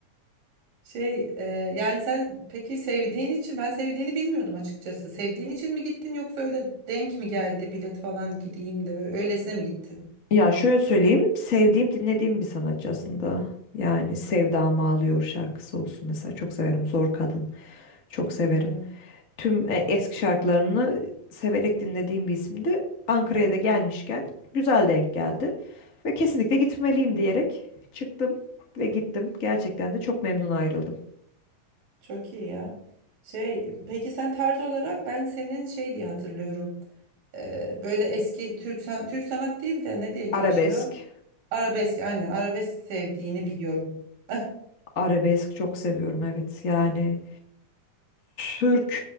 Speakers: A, on the right; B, on the left.
A: Şey e, yani sen peki sevdiğin için ben sevdiğini bilmiyordum açıkçası. Sevdiğin için mi gittin yoksa öyle denk mi geldi bilet falan gideyim de böyle öylesine mi gittin?
B: Ya şöyle söyleyeyim, sevdiğim, dinlediğim bir sanatçı aslında. Yani Sevdamı Ağlıyor şarkısı olsun mesela. Çok severim. Zor Kadın. Çok severim.
A: Evet,
B: Tüm e, eski şarkılarını severek dinlediğim bir isimdi. Ankara'ya da gelmişken güzel denk geldi. Ve kesinlikle gitmeliyim diyerek çıktım ve gittim. Gerçekten de çok memnun ayrıldım.
A: çok iyi ya. Şey peki sen tarz olarak ben senin şey diye hatırlıyorum. Ee, böyle eski Türk san Türk sanat değil de ne diye geçiyor?
B: Arabesk.
A: Arabesk aynen arabesk sevdiğini biliyorum. Ah,
B: Arabesk çok seviyorum evet. Yani Türk